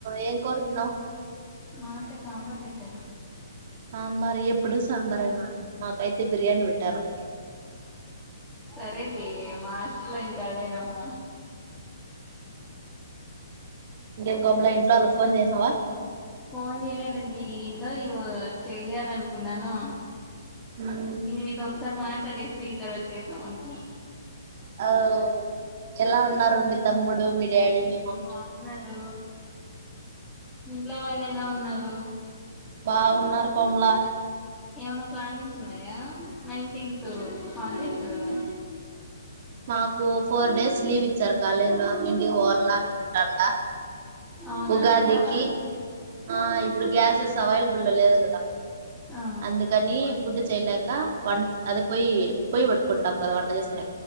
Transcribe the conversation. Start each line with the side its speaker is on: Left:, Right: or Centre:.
Right: ఏం కూర తిన్నావ్
Centre: మాకా సాంబార్ పెట్టారు
Right: ఆ మరి ఎప్పుడు సాంబారేనా మాకైతే బిర్యానీ పెట్టారు
Centre: సరే లే మా హాస్టల్లో ఇంకా అదేనమ్మ
Right: ఇంకేం కోమల ఇంట్లో వాళ్ళకి ఫోన్ చేసినావా
Centre: ఫోన్ చేయలే రెడ్డి ఇబ్బో ఇవు చెయ్యాలను కున్నాను
Right: మ్మ్
Centre: ఇంగ నీతో సర్ మాటాడేసి తరవాత చేద్దాం అనుకు
Right: అవ్ ఎలా ఉన్నారు మీ తమ్ముడు మీ డాడీ మీ ఉమ్
Centre: బావున్నారు ఇంట్లో వాళ్ళు ఎలా ఉన్నా రు
Right: బావున్నారు కొమలా
Centre: ఏమన్నా ప్లానింగ్స్ ఉన్నాయా నైన్టీన్త్ హాలిడే కదా
Right: మాకు ఫోర్ డేస్ లీవ్ ఇ చ్చారు కాలేజ్లో ఇంటికి పోవాలా అనుకుంటాండా
Centre: అవునా
Right: ఉగాదికి
Centre: వెళ్తావా
Right: ఆ ఇప్పుడు గ్యాస్ జుస్ అవైలబుల్ లో లేదు కదా
Centre: ఆ
Right: అందుకని ఫుడ్ చేయలేక వన్ అది పొయ్యి పొయ్యి పెట్టుకుంటాం కదా వంట చేసుకునే